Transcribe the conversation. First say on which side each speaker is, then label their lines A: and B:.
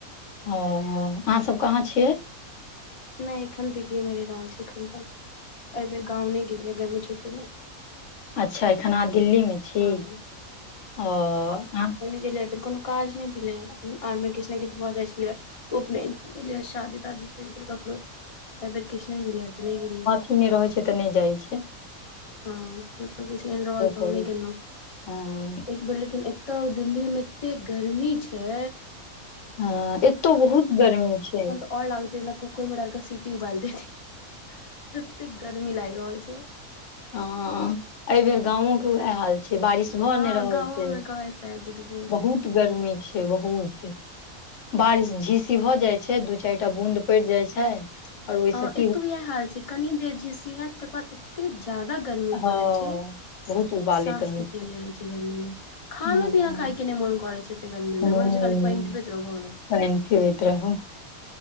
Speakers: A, on the left; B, on the left.
A: हं अहाँ सब कहाँ छियै।
B: नै एखन दिल्ली ये मेे रै रहल छै एखन तऽ, एै बेर गाँव नै गेलियै गरमी छुट्टी मे।
A: अच्छा एखन अहाँ दिल्ली मे छी
B: हँ
A: ओ अहाँ
B: गेल फेर कोनो काज नैय भेलै आन बेर किछ नेै किछ भऽ जाय छेलै उपनयन हो गेलिय शादी- तादी पैर गेल ककरो एहि बेर किछ नैय भेलै या ते नैय गेलियै या।
A: इ नैय रहै छै तऽ नैय जाय छैय।
B: हँ मतलब कि एहेन नै रहल तऽ
A: करी
B: नैय गेलौ,
A: हँ
B: एक बेर लेकिन तब दिल्ली मे एतेक गर्मी छै।
A: हँ एतौ बहुत गर्मी छैय।
B: और लागै छैय जेना कुकर मे डैल के सिटी उबैल देतै ततेक गर्मी लागि रहल छै।
A: हँ एहि बेेर गाँंवो के वैह हाल छैय बारिश भ
B: हँ
A: नै रहल
B: गाँवो
A: छै।
B: मे कहैत रहै दीदी
A: बहुत गर्मी छै बहुत। बारिश झीसी भऽ जाय छै, दू चारि टा बूंद पैड़ जाय छै और ओहि
B: हँ
A: सँ कि
B: एतौ यैह हाल छै कनि देर झीसी हैत तकर बाद एते ज्यादा गर्मी
A: हँ
B: भऽ जाय छै
A: बहुत उबालैत
B: साँस
A: रहै
B: तक नै लेेल जाइ छै गर्मी मे, खानो
A: हँ
B: पीना खाय के नै मोन करै छै। एते गरमी
A: हँ
B: मे, मोन होइ छै खाली पानि पिबैत रहु भ गेलै।
A: पानि पिबैत रहु।